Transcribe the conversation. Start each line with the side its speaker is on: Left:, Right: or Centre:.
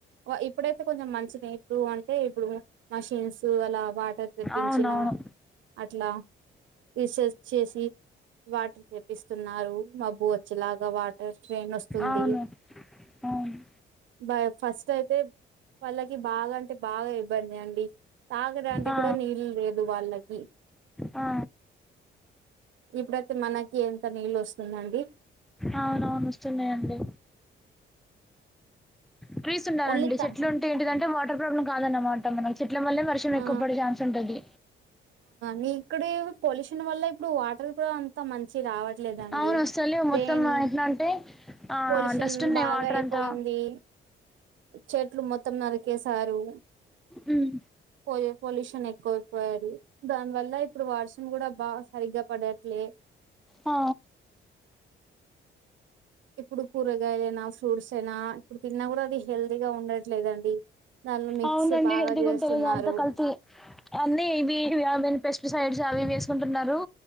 Right: ఒ ఇప్పుడైతే కొ కొంచం మంచిది ఇప్పుడు అంటే ఇప్పుడు మషిన్స్ అలా వా టర్ తెప్పించిన
Centre: అవునవును
Right: అట్లా రీసెర్చ్ చేసి వాటర్ తెప్పిస్తున్నారు మబ్బు వచ్చేలాగా వాటర్ ట్రైన్స్తుంది
Centre: అవును అవును
Right: బయ ఫస్ట్ అయితే వాళ్ళకి బాగా అంటే బాగా ఇబ్బందే అండి తాగడాంటి
Centre: ఆ
Right: కూడా నీళ్ళు లేదు వాళ్ళకి
Centre: ఆ
Right: ఇప్పుడైతే మనకి ఎంత నీళ్ళు ఒస్తుందండి
Centre: అవునవును వస్తున్నాయండి ట్రీస్ ఉండాలండి
Right: ఓన్లీ త
Centre: చెట్లు ఉంటే ఏంటిందంటే వాటర్ ప్రాబ్లమ్ కాదన్నమాట మనక్ చెట్ల వల్లే వర్షం ఎక్కువ
Right: ఆ
Centre: పడే ఛాన్స్ ఉంటది
Right: నీక్కూడివ్ పొల్యూషన్ వల్ల ఇప్పుడు వాటర్ కూడా అంత మంచి రావట్ ట్లేదండి
Centre: అవును వస్తలేవు
Right: ట్రేను
Centre: మొత్తం ఎట్లా అంటే ఆ
Right: పోలీషన్
Centre: డస్ట్ ఉన్నాయి
Right: బాగా
Centre: వాటర్
Right: అయిపోయింది
Centre: అంతా
Right: చెట్లు మొత్తం నరికేశారు
Centre: మ్మ్
Right: పోలి పొలిషన్ ఎ కోపోయారి దానివల్ల ఇప్పుడు వర్షం కూడా బాగా సరిగ్గా పడట్లే
Centre: ఆ
Right: ఇప్పుడు కూరగాయలైనా ఫ్రూట్స్ అయినా ఇప్పుడు తిన్నా గూడా అది హెల్దీగా ఉండట్లేదండి దానిలో మిక్స్
Centre: అవునండి
Right: బాగా
Centre: హెల్దీ
Right: చేస్తున్నారు
Centre: గుంటలేద్ అంతా కల్తీ అన్నీ ఇవి అవిన్ పెస్టిసైడ్స్ అవివి స్కుంటున్నారు